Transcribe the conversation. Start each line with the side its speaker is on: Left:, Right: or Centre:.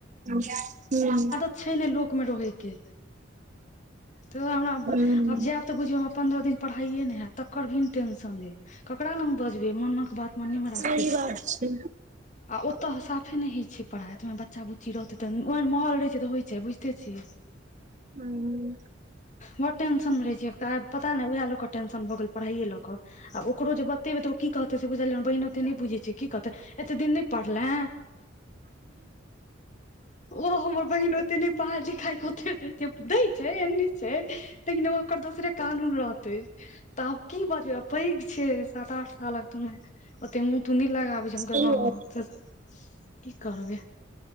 Right: हूँ
Left: छइ ने लोक रहै के तोरा हमरा
Right: हुँ हुँ
Left: आब जेब तऽ बुझियौ, पन्द्रह दिन पढ़ाइए नहि होएत। तकरो टेंशन छय। मोनक बात आखिर ककरा लग बजबै? मनेमे
Right: सही
Left: राखै
Right: बात
Left: छी।
Right: छै हुँ हुँ सही बात छै
Left: आ ओतऽ साफे नहि होइत छै। पढ़ाइ तँऽ रहबे करतै, बच्चा-बुच्ची रहतै तँऽ ओहन माहौल रहैत छै। से तँऽ बुझिते छियइ।
Right: हं
Left: बड टेंशन मे रहे छै पता नई उएह ल कऽ टेंशन भऽ गेल पढ़ाइयए लऽ कऽ आब ओकरो जे बतेबै, तँ ओ की कहतै से बुझलियै। बहिन ओतेक नहि बुझैत छय, एतेक दिनसँ नहि पढ़लै। ओ हमर बहिन ओते नई पढ़ाई लिखाई केते दऽ छै दय छै ऐनी से लेकिन ओकर दोसरे कानून रहत तऽ आब की बाजबै? पैघ छय, सात-आठ सालक तऽ अछि। ओते मुँह नहि लगाब। हँ,
Right: सही बात
Left: की कहब?